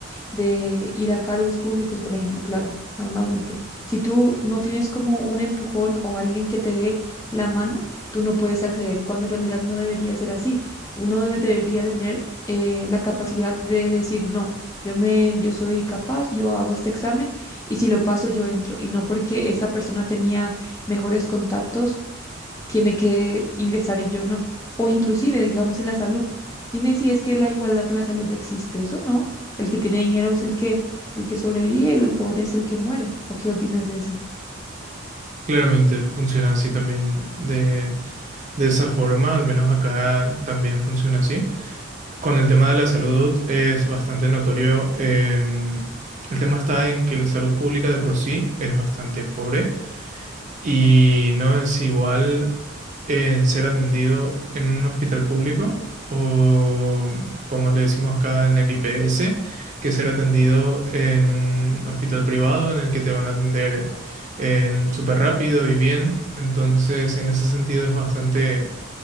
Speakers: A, on the left (about 15°); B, on the right (about 35°).
A: de ir a cargos públicos, por ejemplo, claro, normalmente. Si tú no tienes como un empujón o alguien que te dé la mano, tú no puedes acceder cuando en realidad no debería ser así. Uno debe- debería tener eh, la capacidad de decir, no, yo me, yo soy capaz, yo hago este examen y si lo paso yo entro. Y no porque esa persona tenía mejores contactos, tiene que ingresar y yo no. O inclusive, digamos, en la salud. Dime si es que la igualdad en la salud existe, ¿eso no? El que tiene dinero es el que, el que sobrevive, el pobre es el que muere. ¿O qué opinas de eso?
B: Claramente funciona así también de, de esa forma, al menos acá también funciona así. Con el tema de la salud es bastante notorio. em, el tema está en que la salud pública de por sí es bastante pobre Y no es igual en ser atendido en un hospital público o, como le decimos acá en el IPS, que ser atendido en un hospital privado en el que te van a atender en súper rápido y bien. Entonces, en ese sentido es bastante